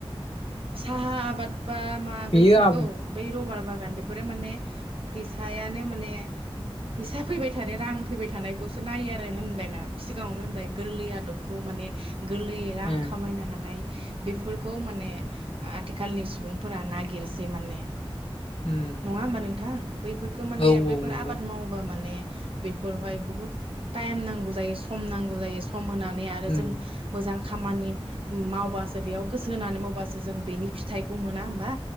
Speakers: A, on the right; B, on the left.
A: साहा आबाद बा मा बैफोर
B: बियो आबुं
A: औ बै रबार बागान बेफोरो माने फैसायानो माने फैसा फैबाय थानाय रां फैबाय थानायखौसो नायो आरो होनबायना सिगाङावनो होनबाय गोरलै आदबखौ माने गोरलैयै रां
B: उम
A: खामायनो हानाय बेफोरखौ माने आथिखालनि सुबुंफोरा नागिरसै माने
B: उम
A: नंङा होमबा नोंथां बैफोरखौ माने
B: औ
A: बैफोर
B: औ नंगौ
A: आबाद मावोबा माने बेफोरावहाय बुहुत ताइम नांगौ जायो सम नांगौ जायो स सम होनानै आरो
B: उम
A: जों मोजां खामानि मावबासो बेयाव गोसो होनानै मावबासो जों बेनि फिथाइखौ मोना होमबा